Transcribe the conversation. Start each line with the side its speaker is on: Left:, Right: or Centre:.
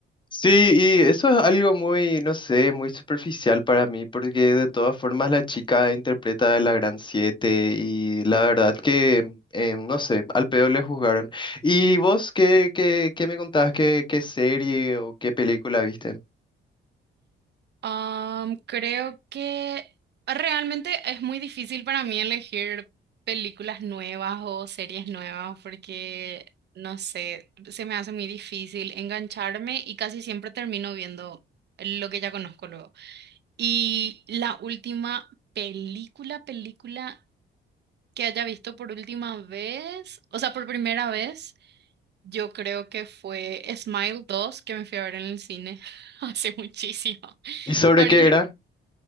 Left: Sí, y eso es algo muy, no sé, muy superficial para mí, porque de todas formas la chica interpreta a la Gran Siete y la verdad que, eh, no sé, al pedo le juzgaron. ¿Y vos qué, qué, qué me contabas? ¿Qué, qué serie o qué película viste?
Right: Am, creo que realmente es muy difícil para mí elegir películas nuevas o series nuevas porque, no sé, se me hace muy difícil engancharme y casi siempre termino viendo lo que ya conozco luego. Y la última película, película que haya visto por última vez, o sea, por primera vez, yo creo que fue Smile dos que me fui a ver en el cine <laughs> hace muchísimo.
Left: ¿Y sobre
Right: porque
Left: qué era?